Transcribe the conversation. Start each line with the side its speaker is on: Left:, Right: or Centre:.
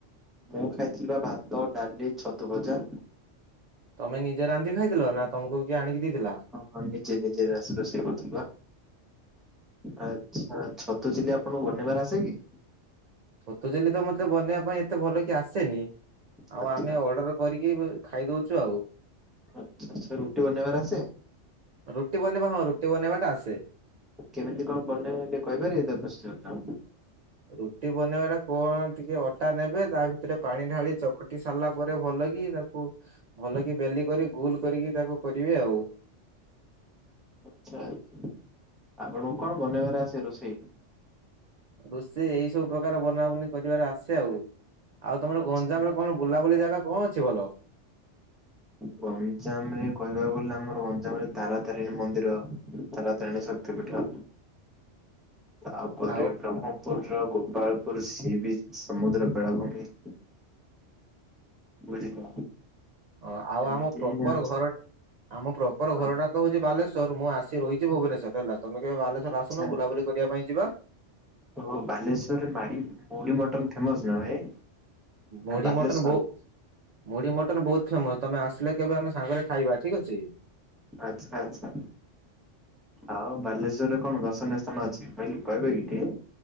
Centre: ମୁଁ ଖାଇଥିଲି ବା ଭାତ ଡାଲି ଛତୁ ଭଜା।
Right: ତମେ ନିଜେ ରାନ୍ଧି ଖାଇଥିଲ ନା ତମକୁ କିଏ ଆଣିକି ଦେଇଥିଲା?
Centre: ହଁ ନିଜେ ନିଜେ ରାଶ ରୋଷେଇ କରୁଥିଲି ବା। ଆଚ୍ଛା ଛତୁ ଚିଲି ଆପଣଙ୍କୁ ବନେଇବାରେ ଆସେ କି?
Right: ଛତୁଚିଲି ତ ମତେ ବନେଇବା ପାଇଁ ଏତେ ଭଲେ କି ଆସେନି। ଆଉ
Centre: ଆଚ୍ଛା
Right: ଆମେ ଅର୍ଡର କରିକି ବୁ ଖାଇ ଦଉଚୁ ଆଉ।
Centre: ଆଚ୍ଛା ଆଚ୍ଛା ରୁଟି ବାନେଇବାରେ ଆସେ।
Right: ରୁଟି ବନେଇବା ହଁ ରୁଟି ବନେଇବା ଟା ଆସେ।
Centre: କେମିତି କଣ ବନେଇଲେ ତା ପ୍ରୋସିଜର ଟା।
Right: ରୁଟି ବନେଇବା ଟା କଣ ଟିକେ ଅଟା ନେବେ ତା ଭିତରେ ପାଣି ଢାଳି ଚକଟି ସେ ସାରିଲା ପରେ ଭଲ କି ତାକୁ ଭଲ କି ବେଲି କରି ଗୋଲ କରିକି ତାକୁ କରିବେ ଆଉ।
Centre: ଆଚ୍ଛା। ଆପଣଙ୍କୁ କଣ ବନେଇବାର ଆସେ ରୋଷେଇ?
Right: ରୋଷେଇ ଏଇ ସବୁ ପ୍ରକାର ବନାବୁନି କରିବାରେ ଆସେ ଆଉ। ଆଉ ତମର
Centre: ଆଚ୍ଛା।
Right: ଗଞ୍ଜାମରେ କଣ ବୁଲାବୁଲି ଜାଗା କଣ ଅଛି ଭଲ?
Centre: ଗଞ୍ଜାମ ରେ କହିବାକୁ ଗଲେ ଆମର ଗଞ୍ଜାମରେ ତାରାତାରିଣୀ ମନ୍ଦିର। ତାରା ତାରିଣୀ ଶକ୍ତି ପୀଠ। ତାପରେ
Right: ଆଉ
Centre: ବ୍ରହ୍ମପୁର ର ଗୋପାଳପୁର ସିଏ ବିଚ୍ ସମୁଦ୍ର ବେଳାଭୂମି। ବୁଝିଲ
Right: ହଁ ଆଉ
Centre: ଏମିତି
Right: ଆମ ପ୍ରପର
Centre: ଅଛି
Right: ଘର ଆମ ପ୍ର ପ୍ରପର
Centre: କଣ
Right: ଘରଟା ତ ହଉଛି ବାଲେଶ୍ୱର ମୁଁ ଆସି ରହିଚି ଭୁବନେଶ୍ୱର ହେଲା ତମେ କେବେ ବାଲେଶ୍ୱର
Centre: ଆଚ୍ଛା
Right: ଆସୁନ ବୁଲାବୁଲି କରିଆ ପାଇଁ ଯିବା।
Centre: ଅ ବାଲେଶ୍ୱରରେ ମାଳି ମୁଢ଼ି ମଟନ ଫେମସ୍ ନା ଭାଇ?
Right: ମୁଢ଼ି
Centre: ବାଲେଶ୍ଵର
Right: ମୋଟନ୍ ବୋ ମୁଢ଼ି ମଟନ୍ ବହୁତ ଫେମସ୍ ତମେ ଆସିଲେ କେବେ ଆମେ ସାଙ୍ଗରେ ଖାଇବା ଠିକ୍ ଅଛି।
Centre: ଆଚ୍ଛା ଆଚ୍ଛା। ଆଉ ବାଲେଶ୍ବର୍ ରେ କଣ ଦର୍ଶନୀୟ ସ୍ଥାନ ଅଛି କହିଲି କହିବେ କି ଟିକେ?